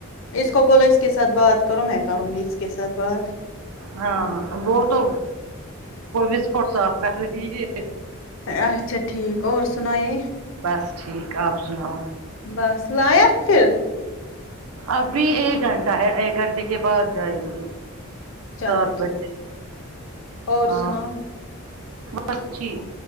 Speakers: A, on the left (about 60°); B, on the right (about 85°).
A: اس کو بولو اس کے ساتھ بات کرو میں کروں گی اس کے ساتھ بات
B: ہاں وہ تو وہس فٹ صاف کر رہی ہے
A: اچھا ٹھیک اور سنائی
B: بس ٹھیک آپ سناؤ
A: بس لاحق پھر
B: ابھی ایک گھنٹہ ہے ایک گھنٹے کے بعد جائیں گے
A: چلو
B: سو روپے
A: ٹھیک
B: سے
A: اور
B: ہاں
A: سناؤ
B: بس ٹھیک